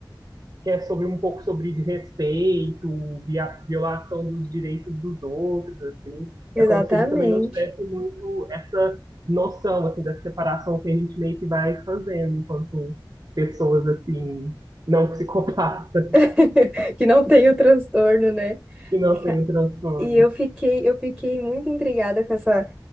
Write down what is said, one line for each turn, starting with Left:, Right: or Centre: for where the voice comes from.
Right: que é sobre um pouco sobre desrespeito, via- violação dos direitos dos outros, assim.
Centre: exatamente.
Right: É como se eles também não tivessem muito essa noção, assim, da separação que a gente meio que vai fazendo enquanto pessoas, assim, não psicopatas,
Centre: <laughs> Que não tem o transtorno, né?
Right: que não têm
Centre: Ca-
Right: o transtorno.
Centre: E eu fiquei, eu fiquei muito intrigada com essa.